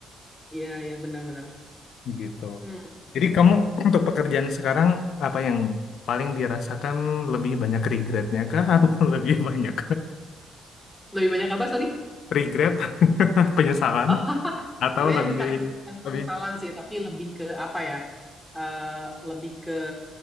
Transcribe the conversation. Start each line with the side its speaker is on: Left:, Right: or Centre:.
Centre: iya iya benar-benar
Left: gitu
Centre: hmm.
Left: jadi kamu <clears throat> untuk pekerjaan sekarang apa yang paling dirasakan lebih banyak regretnya kah <laughs> atau lebih banyak
Centre: lebih banyak apa sorry
Left: <laughs> regret <laughs> penyesalan
Centre: Oh, <laughs>
Left: atau
Centre: sebenarnya
Left: lebih
Centre: bukan, bukan penyesalan
Left: lebih
Centre: sih tapi lebih ke apa ya Eh lebih ke